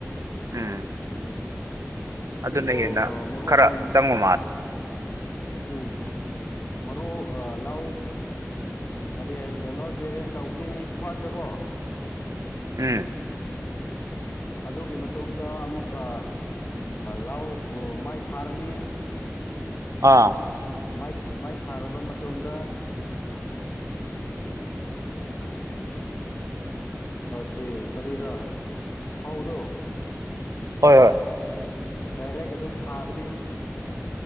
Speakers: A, on the right (about 80°); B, on the left (about 40°).
A: ꯎꯝ ꯑꯗꯨꯅ
B: ꯁꯤꯕꯨ
A: ꯍꯦꯟꯅ
B: ꯃꯔꯨ
A: ꯈꯔ
B: ꯍꯣꯟꯕ
A: ꯆꯪꯕ ꯃꯥꯜꯂꯦ
B: ꯎꯝ ꯃꯔꯨ ꯂꯥꯛꯑꯣ ꯀꯔꯤ ꯍꯥꯏ ꯖꯪꯒꯜ ꯀ ꯑꯦꯔꯦꯟꯖ ꯇꯧꯒꯅꯤ ꯐꯥꯔꯁꯇꯀꯣ
A: ꯎꯝ
B: ꯑꯗꯨꯒꯤ ꯃꯇꯨꯡꯗ ꯑꯃꯨꯛꯀ ꯂꯥꯎ ꯃꯥꯏ ꯊꯔꯅꯤ
A: ꯑꯥ
B: ꯃꯥꯏ ꯃꯥꯏ ꯊꯥꯔꯕ ꯃꯇꯨꯡꯗ ꯆꯦ ꯀꯔꯤꯔ ꯐꯧꯗꯣ
A: ꯍꯣꯏ ꯍꯣꯏ
B: ꯗꯥꯏꯔꯦꯛ ꯑꯗꯨꯝ ꯊꯥꯒꯅꯤ